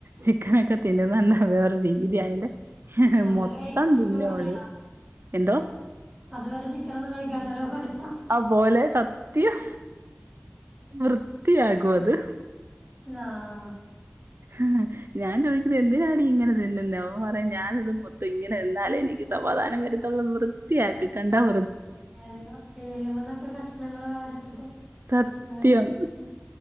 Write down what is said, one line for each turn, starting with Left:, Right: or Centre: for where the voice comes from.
Right: ചിക്കനൊക്കെ തിന്നുന്ന <unintelligible> രീതി അയിന്റെ
Centre: അതുവരെ
Right: മൊത്തം
Centre: കഴിക്കാത്ത
Right: തിന്നൊള്
Centre: ഓനാണോ
Right: എന്തോ?
Centre: അതുവരെ ചിക്കനൊന്നും കഴിക്കാത്തോരെ പോലേണോ?
Right: അഹ് പോലെ സത്യം വൃത്തിയാകുവത്
Centre: ന്നാ
Right: ആഹ് ഞാൻ ചോദിക്കുന്ന് എന്തിനാടി ഇങ്ങനെ തിന്നുന്നെ അപ റിം ഞാനിത് മൊത്തം ഇങ്ങനെ തിന്നാലേ എനിക്ക് സമാധാനം വരുത്തൊള്ളത് വ വൃത്തിയാക്കി കണ്ടാ വൃ
Centre: എല്ലൊക്കെ എല്ലുമ്മന്നൊക്കെ കഷ്ണങ്ങള് വേറിട്ടിട്ട്
Right: സത്യം
Centre: അങ്ങനെ കഴിക്കും